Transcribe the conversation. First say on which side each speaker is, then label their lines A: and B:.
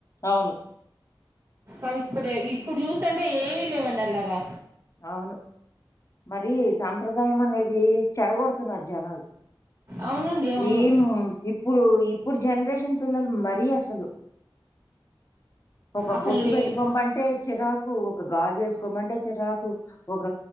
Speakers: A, on the left (about 35°); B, on the right (about 40°).
A: అవును.
B: అవి ఇప్పుడు ఇప్పుడు చూస్తంటే ఏమీ లేవండి అలాగా
A: అవును మరి సాంప్రదాయం అనేది చెడగొడుతున్నారు జనాలు
B: అవునండి అవును
A: ఏం ఇప్పుడు ఇ ఇప్పుడు జనరేషన్ పిల్లలు మరీ అసలు ఒక
B: అసలు
A: బొట్టు పెట్టుకోమ్మంటే
B: ఈ-
A: చిరాకు ఒక గాజేసుకోమంటే చిరా కు ఒక